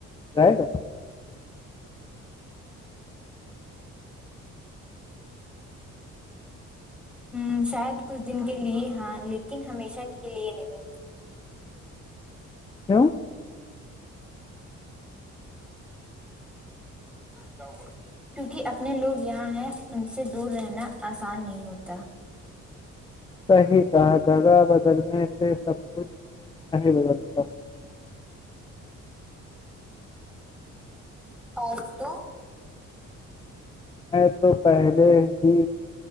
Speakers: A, on the left; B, in the centre.
A: جائے گا
B: ہوں شاید کچھ دن کے لیے ہاں لیکن ہمیشہ کے لیے نہیں
A: ہلو
B: کیا ہوا کیونکہ اپنے لوگ یہاں ہیں ان سے دور رہنا آسان نہیں ہوتا
A: صحیح کہا جگہ بدلنے سے سب کچھ نہیں بدلتا
B: اور تو
A: میں تو پہلے ہی